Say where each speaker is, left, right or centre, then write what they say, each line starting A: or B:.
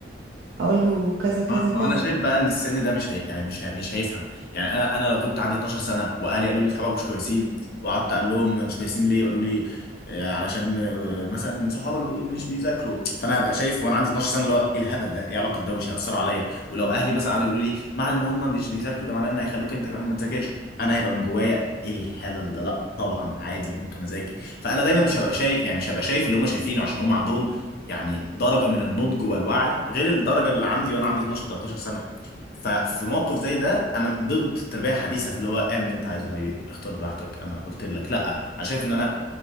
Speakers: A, on the right; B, on the left.
A: اقول له كذا
B: ما
A: كذا
B: ما
A: كذا
B: انا شايف بقى ان السن ده مش هي... يعني مش هي... مش هيفهم يعني انا انا لو كنت عندي 12 سنة واهلي قالوا لي صحابك مش كويسين وقعدت اقول لهم مش كويسين ليه قالوا لي آه، علشان آه، مثلا صحابك دول مش بيذاكروا فانا هبقى شايف وانا عندي 12 سنه اللي هو ايه الهبل ده ايه علاقه ده ومش هيأثروا عليا ولو اهلي مثلا قعدوا يقولوا لي معنى ان هم مش بيذاكروا ده معناه ان هيخلوك انت كمان ما تذاكرش انا هيبقى من جوايا ايه الهبل ده لا طبعا عادي ممكن اذاكر فانا دايما مش هبقى شايف يعني مش هبقى شايف اللي هم شايفينه عشان هم عندهم يعني درجه من النضج والوعي غير الدرجه اللي عندي وانا عندي 12 13 سنه ففي موقف زي ده انا ضد التربيه الحديثه في اللي هو اعمل اللي انت عايزه يا حبيبي اختار براحتك انا قلت لك لا انا شايف ان انا